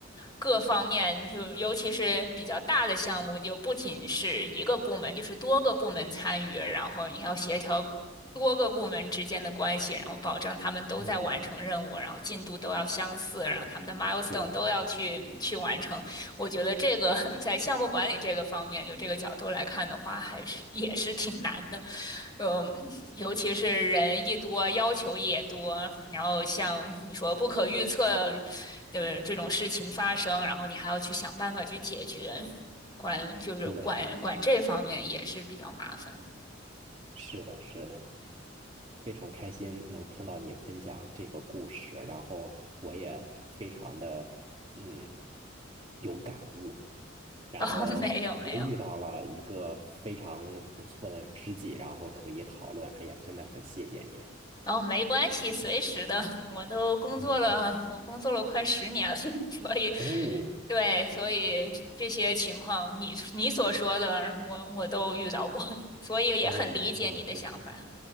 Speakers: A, on the left; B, on the right.
A: 各方面，就尤其是比较大的项目，就不仅是一个部门，就是多个部门参与，然后你要协调多个部门之间的关系，然后保证他们都在完成任务，
B: 嗯，
A: 然后进度都要相似，然后他们的 milestone
B: 对。
A: 都要去去完成。我觉得这个 <laughs> 在项目管理这个方面，就这个角度来看的话，还是也是挺难的。嗯，尤其是人一多，要求也多，然后像你说不可预测的这种事情发生，然后你还要去想办法去解决，管就是管管这方面也是比较麻烦。
B: 对，是的，是的，非常开心能听到你分享这个故事，然后我也非常的嗯有感悟，
A: <laughs>
B: 然后感觉遇到了一个非常不错的知己，
A: 然后没有没有，
B: 然后可以讨论。哎呀，真的很谢谢你。
A: 然后没关系，随时的，我都工作了，
B: 嗯，
A: 我工作了快十年了，<laughs> 所以
B: 哦
A: 对，所以这些情况你你所说的，我我都遇到过，所以也很理解你的想法。
B: 哦，那确实，